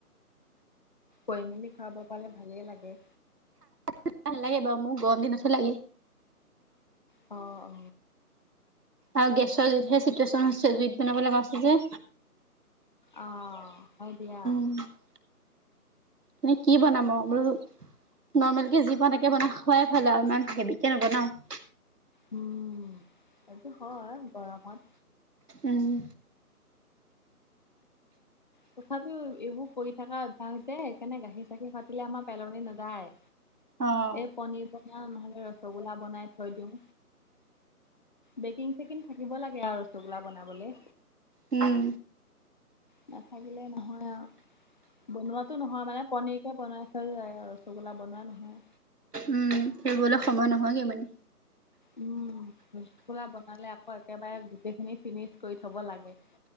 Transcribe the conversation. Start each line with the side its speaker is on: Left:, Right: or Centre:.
Left: কৰি মেলি খুৱাব পালে ভালেই লাগে।
Right: তোক ভাল লাগে বাৰু। মোক গৰম দিন চুষ্টি লাগে।
Left: অ
Right: আৰু গেছৰ যিহে চিটুৱেচন হৈছে জুইত বনাব লগা হৈছে যে
Left: অ হয় দিয়া
Right: অঁ। নে কি বনাব মগু নৰ্মেল কে যি পাওঁ তাকে বনাই খোৱাই ভাল লাগে আৰু ইমান হেভিকে নবনাও।
Left: উম, এইটো হয় গৰমত।
Right: এনি
Left: তথাপিও এইবোৰ কৰি থকা অভ্যাস যে সেইকাৰণে গাখীৰ-চাখীৰ ফাতিলে আমাৰ পেলনি নাযায়।
Right: অ',
Left: এই পনিৰ-পনা নহলে ৰসগোল্লা বনাই থৈ দিওঁ। বেকিং-চেকিন থাকিব লাগে আৰু ৰসগোল্লা বনাবলে।
Right: উম।
Left: নাথাকিলে নহয় আও। বনোৱাতো নহয় মানে, পনীৰকে বনাই থলো হয় আৰু ৰসগোল্লা বনোৱা নহয়।
Right: উম, সেইবোৰলে সময় নহয়গে মানে?
Left: উম, ৰসগোল্লা বনালে আকৌ একেবাৰে গোটেইখিনি ফিনিচ কৰি থ'ব লাগে।